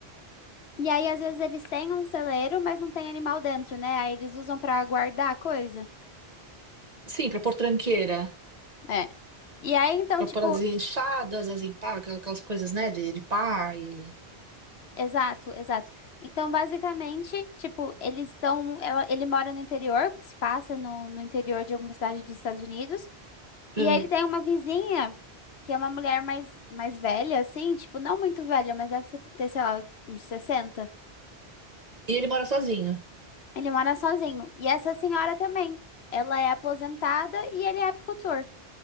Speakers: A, on the left; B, on the right.
A: E aí, às vezes, eles têm um celeiro, mas não tem animal dentro, né? Aí eles usam pra guardar a coisa.
B: Sim, pra pôr tranqueira.
A: É. E aí, então,
B: Pra
A: tipo.
B: pôr as enxadas, as empadas, aquelas coisas, né, de, de pá. E...
A: Exato, exato. Então, basicamente, tipo, eles estão. ela- Ele mora no interior, se passa no, no interior de alguma cidade dos Estados Unidos. E
B: É.
A: aí ele tem uma vizinha, que é uma mulher mais, mais velha, assim, tipo, não muito velha, mas deve ser- ter, sei lá, uns 60.
B: E ele mora sozinho.
A: Ele mora sozinho. E essa senhora também. Ela é aposentada e ele é apicultor.